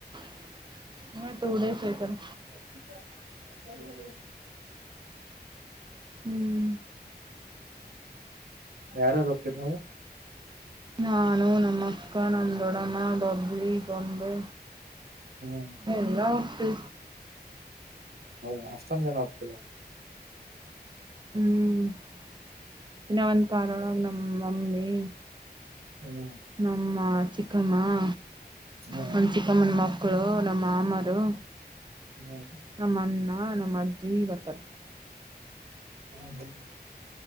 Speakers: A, on the right; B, on the right.
A: <inaudible> ಇನ್ನ ಟೂ ಡೇಸ ಐತನ
B: ಇಕ್ಕಡೆದ
A: ಹ್ಮ್
B: ಯಾರ್ಯಾರ್ ಹೊಕ್ಕಿರಿ ನೀವು
A: ನಾನುನಮ್ಮ ಅಕ್ಕಾ ನಮ್ಮ ದೊಡಮ್ಮ ಡಬ್ಲಿ ಗೊಂಬೆ
B: ಹ್ಮ್
A: ಎಲ್ಲ <unintelligible>
B: ಹೌದಾ ಅಷ್ಟೊಂದ ಜನ ಹೋಗತೀರಾ
A: ಹ್ಮ್ <inaudible> ಇನ್ನ ಒಂದ ಕಾರ ಒಳಗ ನಮ್ಮ ಮಮ್ಮಿ
B: ಹ್ಮ
A: ನಮ್ಮ ಚಿಕ್ಕಮ್ಮ <inaudible>
B: ಹ್ಮ್
A: ನಮ್ಮ ಚಿ ಚಿಕ್ಕಮ್ಮನ ಮಕ್ಕಳು ನಮ್ಮ ಮಾಮರು
B: ಹ್ಮ
A: ನಮ್ಮ ಅಣ್ಣ ನಮ್ಮ ಅಜ್ಜಿ ಬರ್ತಾರ
B: ಹ್ಮ್ ಹ್ಮ್